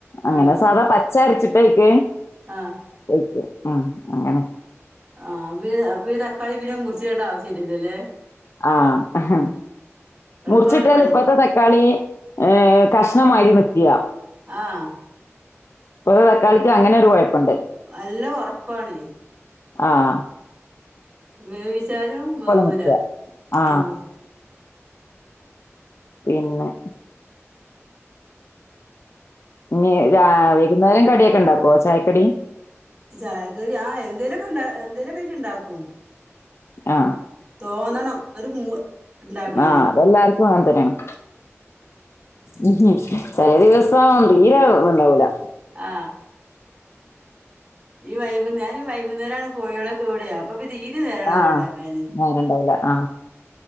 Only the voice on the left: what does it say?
അങ്ങനെ
സാധാ പച്ചരച്ചിട്ട് അയ്ക്ക്
ഒഴിക്കും. ആ അങ്ങനെ
ആഹ് ഹ ഹ
മുറിച്ചിട്ടാൽ
ഇപ്പത്തെ തക്കാളി ഏ കഷ്ണം മാരി നിക്ക
ഇപ്പത്തെ തക്കാളിക്ക് അങ്ങനെ ഒരു കൊഴപ്പണ്ട്.
ആഹ്
നിക്കുക ആ
പിന്നെ പിന്നെ രാ വൈകുന്നേരം കടിയൊക്കെ ഇണ്ടാക്കോ ചായക്കടി?
ആ
ആ അതെല്ലാർക്കും അങ്ങനെ തന്നേണ്. ഹ് ഹും. ചെല ദിവസം തീരെത്ണ്ടാവൂല.
ആ
നേരണ്ടാവൂല ആ